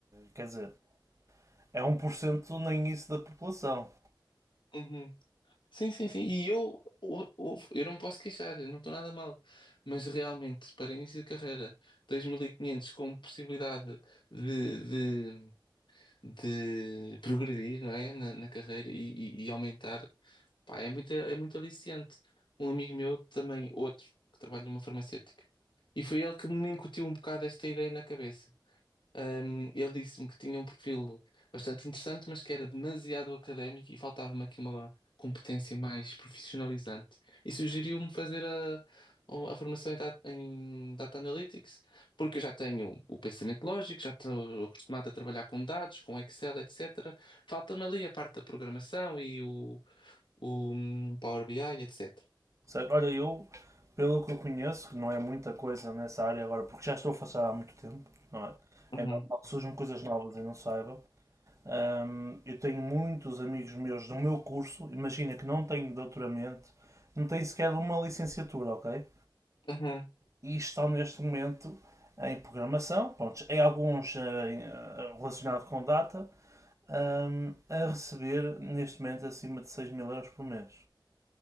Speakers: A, on the right; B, on the left.
A: quer dizer, é um por cento nem isso da população.
B: <laughs> Sim, sim, sim. E eu, eu, eu não me posso queixar, eu não estou nada mal. Mas realmente, para início de carreira, 2.500 com possibilidade de, de, de progredir, não é? Na, na carreira e, e- e aumentar, pá, é muito, é muito aliciante. Um amigo meu também, outro, que trabalha numa farmacêutica. E foi ele que me incutiu um bocado esta ideia na cabeça. Um, ele disse-me que tinha um perfil bastante interessante, mas que era demasiado académico e faltava-me aqui uma competência mais profissionalizante. E sugeriu-me fazer a, a formação em data, em data Analytics, porque eu já tenho o pensamento lógico, já estou acostumado a trabalhar com dados, com Excel, etc. Falta-me ali a parte da programação e o, o hum, Power BI, etc.
A: Certo? Olha, eu, pelo que eu conheço, que não é muita coisa nessa área agora, porque já estou afastado há muito tempo, não é?
B: Uhum.
A: É normal que surjam coisas novas e não saiba. Ahm, eu tenho muitos amigos meus do meu curso, imagina que não têm doutoramento, não têm sequer uma licenciatura, ok?
B: <laughs>
A: e estão neste momento em programação, pronto, em alguns eh, relacionados com data, ahm, a receber neste momento acima de seis mil euros por mês.